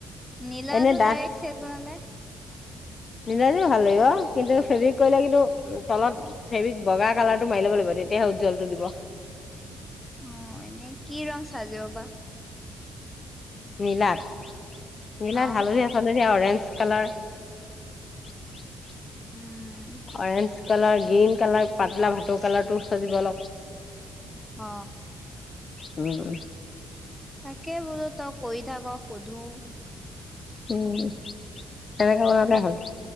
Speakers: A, in the centre; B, on the left.
A: নীলা
B: এনে
A: যোৰ
B: ডাঠ
A: ডাইৰেক্ট চেট বনালে
B: নীলাযোৰ ভাল লাগিব। কিন্তু ফেব্ৰিক কৰিলে কিন্তু তলত ফেব্ৰিক বগা কালাৰটো মাৰি লিব লাগিব তেতিয়াহে উজ্জ্বলটো দিব
A: অ এনে কি ৰং চাজিব বা?
B: নীলাত? নীলাত
A: অ
B: হালধীয়া চাজে orange colour <unintelligible>
A: <unintelligible>
B: orange colour, green colour, পাতলা ভাটৌ কালাৰটো চাজিব অলপ
A: অ
B: উম
A: তাকে বোলো তই কৰি থাক সোধো
B: উম এনেকে বনালে
A: ভাত
B: হ'ল